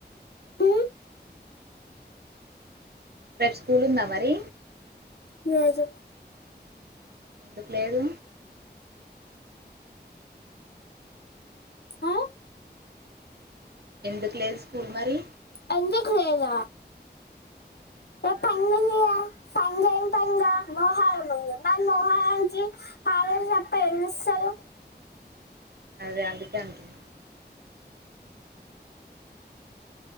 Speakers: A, on the left (about 70°); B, on the right (about 65°).
A: ఊ
B: రేపు స్కూల్ ఉందా మరి?
A: లేేదు
B: ఎందుకు లేదు?
A: హా
B: ఎందుకు లేదు స్కూల్ మరి?
A: ఎందుకు లేద ఏ
B: ఆ,
A: పంగలియ పంగే పంగా మోహాల మోహాలనికి పాలప్ప ఏం ఇస్తారు
B: అదే అందుకే అంటున్న